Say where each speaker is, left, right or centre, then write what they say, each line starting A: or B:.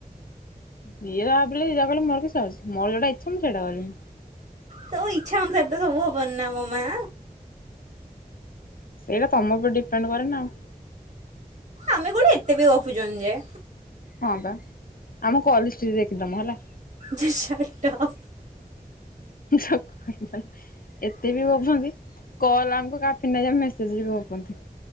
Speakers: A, on the left; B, on the right.
A: ଯିଏ ଯାହା ଭାବିଲେ ଯିଏ ଯାହା କହିଲେ ମୋର କିଛି ଯାଏଆସେ ମୋର ଯୋଉଟା ଇଛା ମୁଁ ସେଇଟା କରିବି।
B: ହ ଇଚ୍ଛା ଅନୁସାରେ ତ ସବୁ ହବନ ନା ମୋ ମା।
A: ଏଇଟା ତମ ଉପରେ ଡିପେଣ୍ଡ କରେନା ଆଉ।
B: ଆମେ କୋଉଠେ ଏତେ ବି ଗପୁଚନ୍ତି ଯେ।
A: ହଁ ବା ଆମ କଲହିଷ୍ଟ୍ରି ଦେଖିଦମ ହେଲା।
B: ଜଷ୍ଟଷ୍ଟାପ।
A: <unintelligible> ଏତେ ବି ଗପୁଚନ୍ତି କଲ୍ ଆମକୁ କାଫି ନାଇ ଯେ ମେସେଜରେ ବି ଗପନ୍ତୁ।